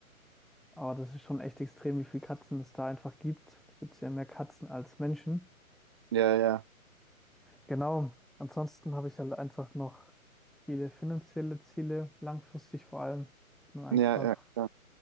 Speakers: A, in the centre; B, on the right.
A: Aber das ist schon echt extrem, wie viele Katzen es da einfach gibt. Da gibt es ja mehr Katzen als Menschen.
B: Ja, ja,
A: Genau. Ansonsten habe ich halt einfach noch viele finanzielle Ziele, langfristig vor allem, dass man einfach
B: ja, ja, ja,